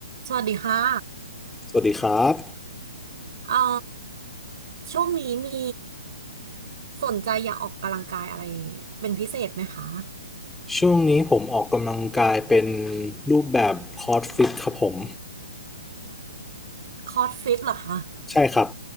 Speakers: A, on the right (about 55°); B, in the centre.
A: สวัสดีค่ะ
B: สวัสดีครับ
A: เอ่อช่วงนี้มีสนใจอยากออกกำลังกายอะไรเป็นพิเศษไหมคะ
B: ช่วงนี้ผมออกกำลังกายเป็นรูปแบบคอร์สฟิตครับผม
A: คอร์สฟิตเหรอคะ
B: ใช่ครับ